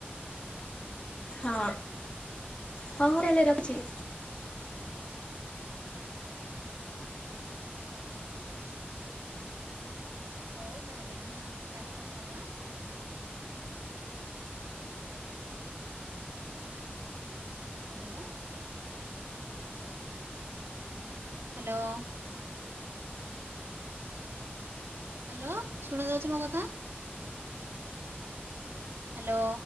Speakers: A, on the left; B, on the right.
A: ହଁ ହଁଉ ହେଲେ ରଖୁଛି
B: ହଉ ତାହେଲେ ଆମେ ଆଉଥରେ କାଲି କଥା ହବା ଆଁ ହ୍ୟାଲୋ ହ୍ୟାଲୋ ହ୍ୟାଲୋ ଶୁଣାଯାଉଛି ମୋ କଥା ହ୍ୟାଲୋ